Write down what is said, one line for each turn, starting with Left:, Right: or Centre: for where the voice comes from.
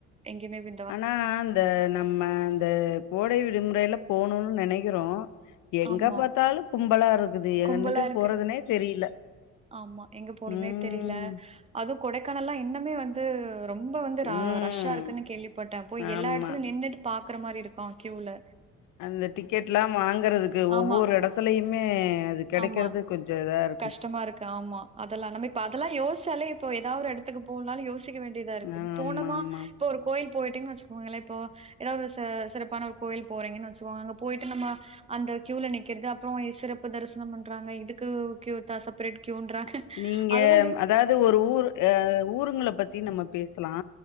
Right: எங்கேயிமே வெ
Left: ஆனா இந்த நம் ம இந்த கோடை விடுமுறைல போனுனு நெனக்கிறோ எங்க
Right: ஆமா.
Left: பாத்தாலு கும்பலாருக்குது
Right: கும்பலா
Left: எங்க
Right: இருக்கு.
Left: போறதுனே தெரில
Right: ஆமா எங்க போறத்னே
Left: ம்
Right: தெரில அதுவு கொடைக்கானல்லா இன்னுமே வந் து ரொம்ப வந்து ரா
Left: ம்
Right: ரஷ்ஷா இருக்குன் கேள்விப்பட்டே போய்
Left: ஆமா
Right: எல்லா எடத்துலயு நின்னுட்டு பாக்ற மாரி இருக்கு க்யூல
Left: அந்த டிக்கெட்லா வாங்குறதுக்கு ஒவ்வொரு
Right: ஆமா,
Left: எடத்துலயுமே அது கெடைக்கிறது
Right: ஆமா.
Left: கொஞ்சொ இதாரு
Right: கஷ்டமா இருக்கு ஆமா அதெல்லா நம்ம இப்ப அதெல்லா யோசிச்சாலே இப்போ ஏதா ஒரு எடத்துக்கு போன்னாலு யோசிக்க வேண்டிதா இருக்கு
Left: ஆமா
Right: போனமா
Left: ஆமா
Right: இப்ப ஒரு கோயில் போயிட்டிங்கன்னு வெச்சிக்கோங்கலே இப்போ ஏதா ஒரு சிறப்பான ஒரு கோயில் போறீங்கன்னு வெச்சுக்கோங்க அங்க போயிட்டு நம்ம அந்த கியூல நிக்கிறது அப்றோ சிறப்பு தரிசனம் பண்றாங்க இதுக்கு கியூ தா சப்ரேட் கியூன்றாங்க
Left: நீங்க
Right: அதெல்லாம் டெய்லி
Left: அதாது ஒரு ஊர் அ ஊருங்கள பத்தி நம்ம பேசலா